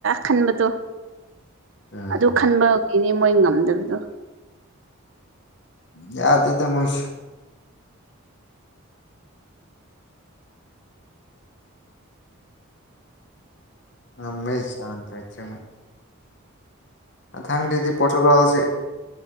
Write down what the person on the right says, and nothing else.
ꯈꯟꯕꯗꯣ
ꯑꯗꯨ ꯈꯟꯕ ꯏꯅꯦ ꯃꯣꯏ ꯉꯝꯗꯕꯗꯣ